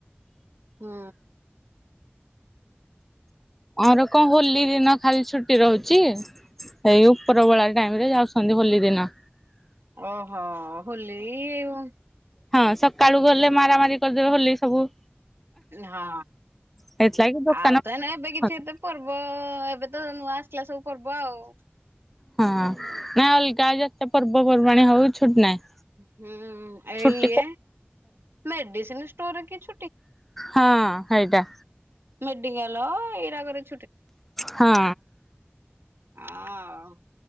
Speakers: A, on the right (about 75°); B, in the centre.
A: ହୁଁ।
B: ଆର କଣ ହୋଲ। ହୋଲି ଦିନ ଖାଲି ଛୁଟି ରହୁଛି ହେଇ ଉପରବେଳା ଟାଇମ ରେ ଯାଉଛନ୍ତି ହୋଲି ଦିନ।
A: ଓହୋ ହୋଲି ଉ।
B: ହଁ ସକାଳୁ ଗଲେ ମାରାମାରି କରିଦେବେ ହୋଲି ସବୁ।
A: ହଁ।
B: ସେଥିଲାଗି ଦୋକାନ
A: ଆଉ ତ ଏଇନା ଏବେ କିଛି
B: ହଁ
A: ଏତେ ପର୍ବ ଏବେ ତ ନୂଆ ଆସିଲା ସବୁ। ପର୍ବ ଆଉ।
B: ହଁ ନାଇ ଅଲଗା ଯେତେ ପର୍ବପର୍ବାଣି ହଉ ଛୁଟି ନାହିଁ।
A: ହୁଁ ଏଇ
B: ଛୁଟି
A: ଇଏ ମେଡିସିନ ଷ୍ଟୋର ରେ କି ଛୁ
B: ହଁ ହେଇଟା।
A: ମେଡିକାଲ ଇରାକରେ।
B: ହଁ।
A: ଅଁ ଆଉ।